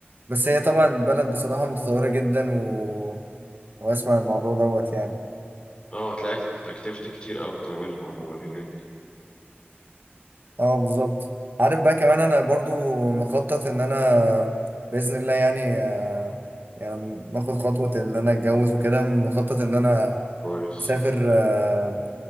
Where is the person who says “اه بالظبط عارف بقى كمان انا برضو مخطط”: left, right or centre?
Right